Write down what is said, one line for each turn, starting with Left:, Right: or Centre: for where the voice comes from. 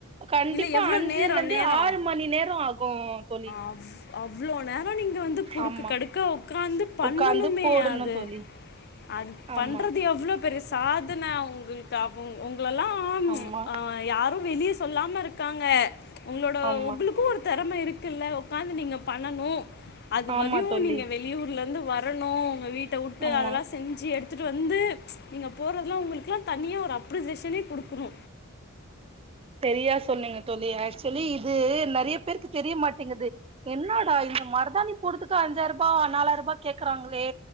Right: கண்டிப்பா
Left: இல்ல எவ்ளோ
Right: அஞ்சுல
Left: நேரோ
Right: இருந்து
Left: நேரோ
Right: ஆறு மணி நேரம் ஆகும் தோழி
Left: அவ் அவ்ளோ நே நீங்க வந்து குறுக்கு
Right: ஆமா
Left: கடுக்க உக்காந்து பண்ணணுமே
Right: உக்காந்து போடணு
Left: அது
Right: தோழி
Left: அது
Right: ஆமா
Left: பண்றது எவ்ளோ பெரிய சாதன அவங்களுக்கு அவுங் உங்களல்லாம்
Right: ஆமா
Left: யார் வெளிய சொல்லாம இருக் இருக்காங்க உங்களோட
Right: ஆமா
Left: உங்களுக்கும் ஒருத்தர் <unintelligible> இருக்குல்ல காந்து நீங்க பண்ணணு அது
Right: ஆமா
Left: வரியூ
Right: தோழி
Left: நீங்க வெளியூர்லந்து வரணூ உங்க வீட்ட வுட்டு
Right: ஆமா
Left: அதல்லா செஞ்சு எடுத் த்துட்டு வந்து நீங்க போறதலா உங்ளுக்குலா தனியா ஒரு அப்ரிசேஷனே குடுக்குணு
Right: செரியா சொன்னீங்க தோழி ஏக்சுவலி இது நறிய பேருக்கு தெரிய மாட்டிங்கிது என்னாடா இந்த மருதாணி போடதுக்கா அஞ்சாய்ர்பா நாலாயிரபா கேக்கறாங்களே